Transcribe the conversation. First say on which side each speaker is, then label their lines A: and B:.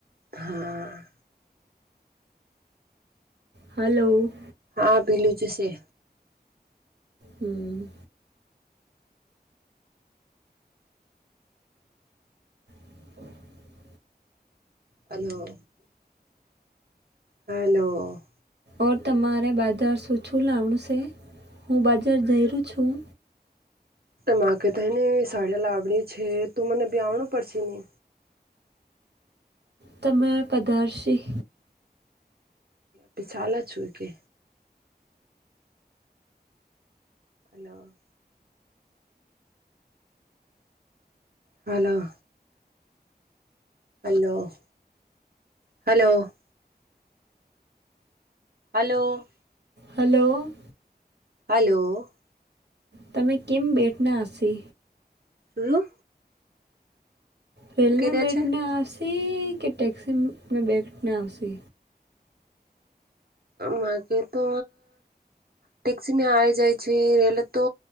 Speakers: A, on the right; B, on the right.
A: હા.
B: હલો.
A: હા ભીલું જશે.
B: હમ. <inaudible>
A: Hello, hello.
B: ઓર તમારે બાજાર શું છું લાવશે? હું બજાર જઈું છું.
A: મા કે થાય ને સાડીયા લાવડી છે તું મને બ્યા આવડું પડશે નને.
B: તમે કદારશી.
A: પિછાલા છું કે? અલ <inaudible> હાલો. Hello, hello. Hello.
B: Hello.
A: Hello.
B: તમે કેમ બેટના હશે?
A: શું? શું
B: રેલમાં
A: કહી રહ્યા
B: બેઠ
A: છે
B: ના આવશે કે ટેક્સીમાં બેઠ ના આવશે?
A: માગે તો ટેક્સીમાં આવી જાય છે રેલે તો